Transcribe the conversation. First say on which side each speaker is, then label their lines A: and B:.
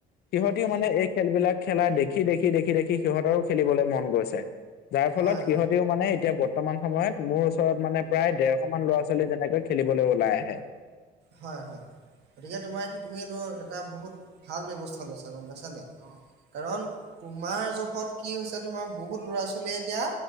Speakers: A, on the left; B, on the right.
A: সিহঁতিও মানে এই খেলবিলাক খেলা দেখি দেখি দেখি দেখি সিহঁতৰো খেলিবলৈ মন গৈছে। যাৰ ফলত
B: হয়,
A: সিহঁতিও মানে এতিয়া বৰ্তমান সময়ত মোৰ ওচৰত মানে প্ৰায় ডেৰশ মান ল'ৰা-ছোৱালী তেনেকৈ খেলিবলে ওলাই আহে।
B: হয় হয় গতিকে তোমাৰ সেইটো তুমিটো এটা বহুত ভাল ব্যৱস্থা লৈছা গম পাইছা নে? কাৰণ তোমাৰ জহত কি হৈছে তোমাৰ বহুত ল'ৰা-ছোৱালীয়ে এতিয়া